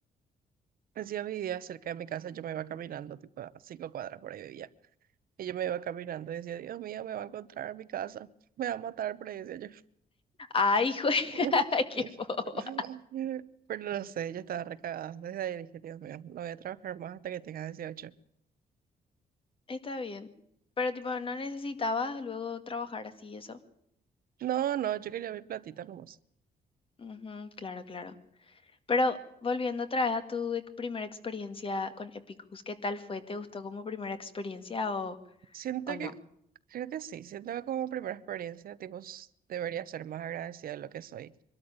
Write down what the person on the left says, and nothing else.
Ay, jue-
<laughs> ay, qué boba.
Está bien. Pero tipo, no necesitabas luego trabajar así, eso.
Ujú, claro, claro. Pero volviendo otra vez a tu ex- primera experiencia con Epicus, ¿qué tal fue? ¿Te gustó como primera experiencia o,
o no?